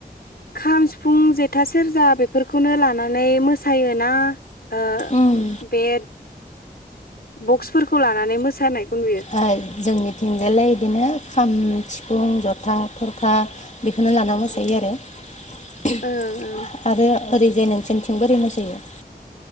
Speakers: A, on the left; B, on the left.
A: खाम सिफुं जेथा सेरजा बेफोरखौनो लानानै मोसायोना ओ
B: उम
A: बे बक्सफोरखौ लानानै मोसानायखौ नुयो
B: ओ जोंनिथिंजायलाय इदिनो खाम सिफुं जथा थरखा बेखौनो लाना मोसायो आरो
A: ओं ओं
B: आरो ओरैजाय नोंसोरनिथिंबो ओरै मोसायो?